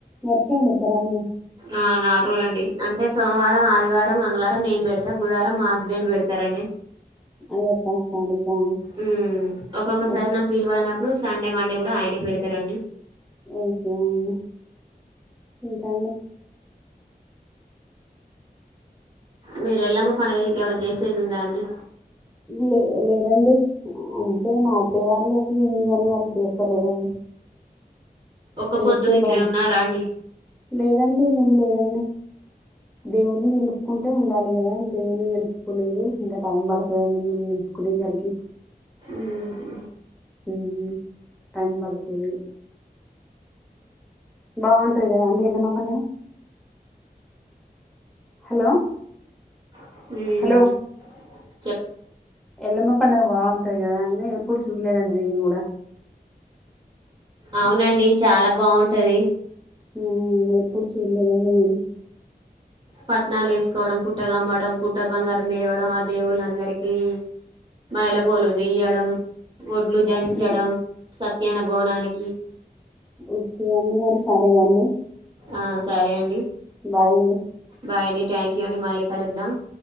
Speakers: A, in the centre; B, on the right.
A: వర్షాలు పడతారా అండి
B: ఆ నాలుగు రోజులండి అంటే సోమవారం ఆదివారం మంగళారం నేన్ పెడతా బుధవారం మా హస్బెండ్ పెడతారండి
A: అయ్యప్ప స్వామికా
B: ఉమ్ ఒక్కొక్కసారి
A: ఓకే
B: నాకు వీలు పడనప్పుడు సండే మండే కూడా ఆయనే పెడతారండి
A: ఓకే అండి ఇంకా అండి
B: మీరెల్లమ్మ పండగ ఇట్ల ఏమన్న చేసేదుందా అండి
A: లే లేదండి అంటే మా అత్తయవాళ్ళు ఉంది కానీ వాళ్ళు చేస్తలేరండి
B: ఒక్క
A: చేస్తే
B: పొద్దు ఇట్లే
A: బాగుం
B: ఉన్నారా అండి
A: లేదండి ఏం లేదండి దేవుడిని నిలుప్ ఉంటే ఉండాలి కదా దేవున్ని నిలుపుకోలేదు ఇంకా టైం పడుతదండి మేము నిలుపుకునేసరికి
B: ఉమ్ హు
A: ఉమ్ టైం పడుతది బాగుంటది కదా అండి ఎల్లమ్మ పండగ హలో
B: ఉమ్
A: హలో ఎల్లమ్మ పండగ బాగుం ఉంటది కదా అండీ ఎప్పుడు చూడలేదండి నేను కూడా
B: అవునండి చాలా బాగుంటది
A: ఉమ్ ఎప్పుడు చూడలేదండి నేను
B: పట్నాలేసుకోవడం పుట్ట కమ్మడం పు పుట్ట బంగారం తేవడం ఆ దేవుళ్ళందరికీ మైల పోలు తీయ్యడం ఒడ్లు దంచడం
A: ఉమ్,
B: సత్యాన భోనానికి
A: ఓకే అండి మరి సరే అండి
B: ఆ సరే అండి
A: బాయ్ అండి
B: బాయ్ అండి ట్యాంకూ అండీ మల్లీకలుద్దాం